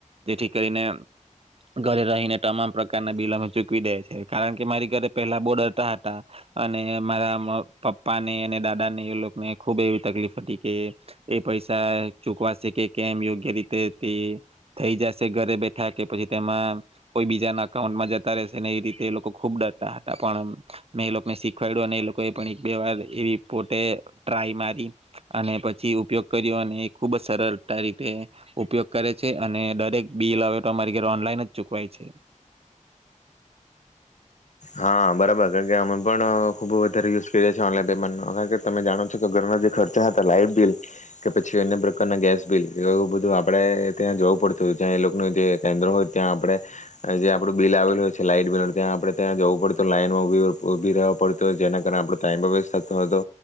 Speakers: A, on the right; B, on the left.
A: જેથી કરીને ઘરે રહીને તમામ પ્રકારના બિલ અમે ચૂકવી દે છે. કારણ કે મારી ઘરે પેલા બો ડરતા હતા અને મારા પપ્પાને અને દાદા ને એ લોકોને ખુબ એવી તકલીફ હતી કે એ પૈસા ચૂકવાશે કે કેમ યોગ્ય રીતે તે થઈ જશે ઘરે બેઠા કે પછી તેમાં કોઈ બીજાના અકાઉન્ટમાં જતા રહેશે ને એ રીતે એ લોકો ખૂબ ડરતા હતા પણ મેં એ લોકોને શીખવાડ્યું અને એ લોકો એ પણ એક બે વાર એવી પોતે ટ્રાય મારી અને પછી ઉપયોગ કર્યો અને એ ખુબ જ સરળતા રીતે ઉપયોગ કરે છે. અને દરેક બિલ હવે તમાંરી ઘરે ઓનલાઈન જ ચૂકવાય છે.
B: હા, બરાબર કારણજ્યાં અમે પણ ખુબ વધારે યુઝ કરીએ છીએ ઓનલાઈન પેમેન્ટ. કારણ કે, તમે જાણો છો કે ઘરના જે ખર્ચા હતા લાઈટ બિલ કે પછી અન્ય પ્રકારના ગેસ બિલ એવું બધું આપડે ત્યાં જવું પડતું હતું જ્યાં એ લોકોનું જે કેન્દ્ર હોય ત્યાં આપડે જે આપડું બિલ આવેલું હોય છે લાઈટ બિલ ત્યાં આપડે ત્યાં જવું પડતું. લાઈનમાં ઉભી રેવું ઉભી રેવો પડતો. જેના કારણે આપણો ટાઈમ પણ વેસ્ટ થતો હતો.